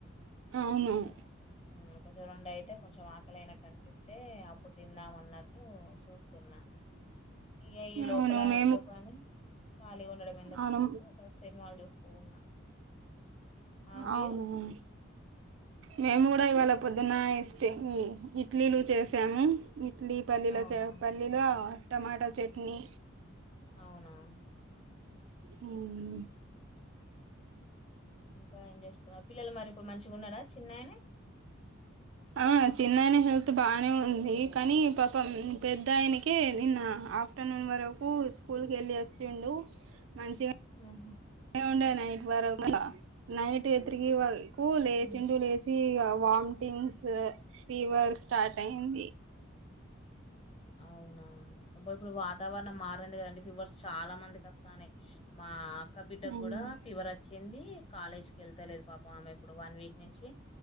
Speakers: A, on the left (about 30°); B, on the right (about 65°).
A: ఆ
B: అవును.
A: అట్లా ఒక చి రెండు అయితే కొంచెం ఆకలినట్టు అనిపిస్తే అప్పుడు తిందామ అన్నట్టు చూస్తున్నా ఇకా ఈ లో
B: అవును మేము
A: ఎందుకని ఖాళీ ఉండడం ఎందుకు
B: అవును
A: అన్నట్టు ఇ సినిమాలు చూస్తూ ఉన్నా ఆ
B: అవునవును
A: మీరు
B: మేము కూడా ఇవాళ పొద్దున ఇస్ట ఇడ్లీలు చేసాము ఇడ్లీ పల్లీల
A: అవునా
B: పల్లీలో టమాటా చట్నీ
A: అవునా
B: ఆ
A: ఇంకా ఏం చేస్తున్నారు పిల్లలు మరి ఇప్పుడు మంచిగా ఉన్నాడా చిన్నయనే
B: ఆ చిన్నయిన హెల్త్ బానే ఉంది కానీ పాపం పెద్దయనకే నిన్న ఆఫ్టర్నూన్ వరకు స్కూల్కి వెళ్ళి వచ్చిండు మంచిగా
A: ఆహ
B: ఉండ నైట్ వర నైట్ ఎతుకి కూలే లేచిండు
A: ఉమ్
B: లేచి జీగా వామిటింగ్స్ ఫీవర్ స్టార్ట్ అయింది
A: అవునా ఇప్పుడు వాతావరణం మారింది కదండి ఫీవర్స్ చాలా మందికి వస్తాన్నాయి మా అక్క బిడ్డకు
B: అవును
A: కూడా ఫీవర్ వచ్చింది కాలేజ్ కీ వెళ్తాలేదు పాప ఆమె ఇప్పుడు వన్ వీక్ నుంచి